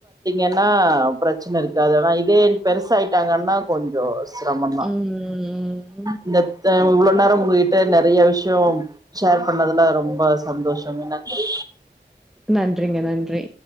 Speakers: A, on the right; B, in the centre.
A: ஏன்னா பிரச்சன இருக்காது ஆனா இதே பெருசாயிட்டாங்கனா கொஞ்சோ சிரம்மதா
B: உம்
A: இந்தத்த இவ்ளோ நேர உங்ககிட்ட நெறைய விஷ்யோம் ஷேர் பண்ணதுல ரொம்ப சந்தோஷங்க நன்றி
B: நன்றிங்க நன்றி